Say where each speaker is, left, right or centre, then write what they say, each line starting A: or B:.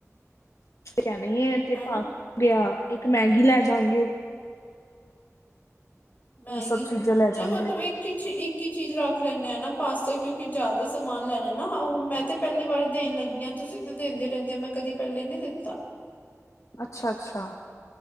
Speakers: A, on the left; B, on the left.
A: ਕਹਿ ਨਹੀਂ ਹੈ ਤੇ
B: ਹਨਾ
A: ਪਾਸ ਗਿਆ ਇੱਕ ਮੈਗੀ ਲੈ ਜਾਂਗੇ।
B: ਮੈਗੀ
A: ਸਭ
B: ਹ
A: ਚੀਜ਼ਾਂ
B: ਨਹੀਂ
A: ਲੈ ਜਾਗੇ।
B: ਮਤਲਬ ਇੱਕ ਚ ਇੱਕ ਹੀ ਚੀਜ਼ ਰੱਖ ਲੈਂਦੇ ਆ ਨਾ। ਪਾਸੇ ਕੀ ਕਿ ਜ਼ਿਆਦਾ ਸਮਾਨ ਲੈਣਾ ਨਾ ਹੁਣ ਮੈਂ ਤੇ ਤੇ ਪਹਿਲੀ ਵਾਰੀ ਦੇਣ ਲੱਗੀਆਂ, ਤੁਸੀਂ ਤੇ ਦਿੰਦੇ ਰਹਿੰਦੇ ਹੋ ਮੈਂ ਕਦੀ ਪਹਿਲੇ ਨਹੀਂ ਦਿੱਤਾ।
A: ਅੱਛਾ, ਅੱਛਾ